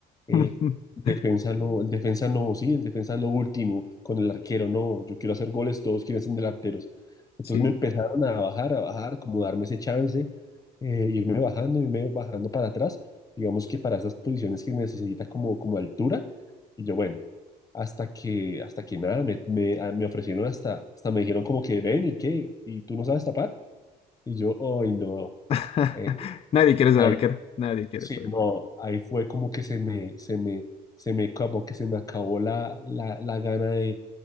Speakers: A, on the left; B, on the left.
A: Eh,
B: <laughs>
A: defensa no, el defensa no, sí, el defensa es lo último, con el arquero no, yo quiero hacer goles, todos quieren ser delanteros. Entonces
B: Sí.
A: me empezaron a bajar, a bajar, como darme ese chance, eh, irme bajando, irme bajando para atrás, digamos que para esas posiciones que necesita como, como altura. Y yo, bueno, hasta que, hasta que nada, me, me, a- me ofrecieron hasta, hasta me dijeron como que ven y qué, y tú no sabes tapar. Y yo, ay, no.
B: <laughs>
A: Eh,
B: Nadie quiere ser
A: ahí,
B: arquero, nadie quiere
A: sí,
B: ser
A: no,
B: arquero
A: ahí fue como que se me, se me, se me acabó, que se me acabó la, la, la gana de,